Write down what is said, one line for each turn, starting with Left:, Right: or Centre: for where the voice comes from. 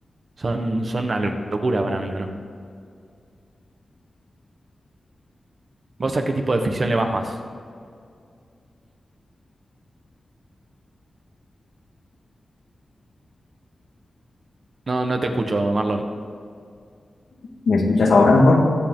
Right: son, son una locura para mí, ¿o no? ¿Vos a qué tipo de ficción le vas más? No, no te escucho, Marlon.
Left: ¿Me escuchas ahora mejor?